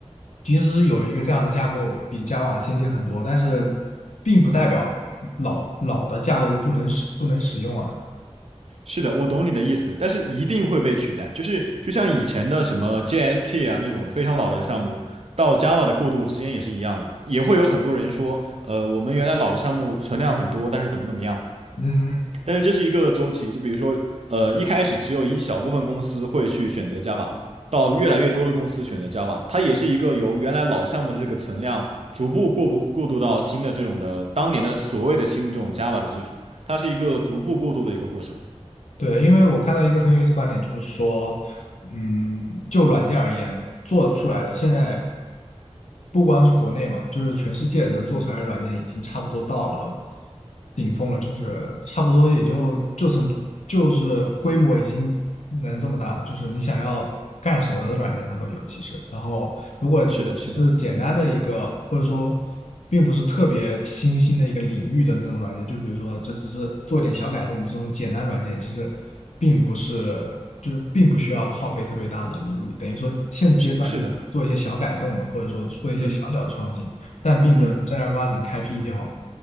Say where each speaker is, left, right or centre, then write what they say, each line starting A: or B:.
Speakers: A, on the left; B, on the right.
A: 即使有一个这样的架构比 Java 先进很多，但是并不代表老老的架构就不能使不能使用啊。
B: 是的，我懂你的意思，但是一定会被取代。就是就像以前的什么 j s p 啊那种非常老的项目，到 Java 的过渡之间也是一样的，也会有很多人说，呃，我们原来老的项目存量很多，但是怎么怎么样。
A: 嗯，
B: 但是这是一个周期，就比如说，呃，一开始只有一小部分公司会去选择 Java，到越来越多的公司选择 Java，它也是一个由原来老项目的这个存量逐步过不过渡到新的这种的当年的所谓的新的这种 Java 的技术，它是一个逐步过渡的一个过程。
A: 对，因为我看到一个很有意思的观点，就是说，嗯，就软件而言，做出来的现在不光是国内嘛，就是全世界能做出来的软件已经差不多到了顶峰了，就是差不多也就就成就是规模已经能这么大，就是你想要干什么的软件它都有其实。然后如果只是简单的一个，
B: 是的，是的。
A: 或者说并不是特别新兴的一个领域的那种软件，就比如说这只是做一点小改动，这种简单软件其实并不是，就是并不需要耗费特别大的人力物力，等于说现阶段就做一些小改动了，
B: 是是的，
A: 或者说做一些小小的创新，
B: 嗯
A: 但并不能正儿八经开辟一条
B: 嗯，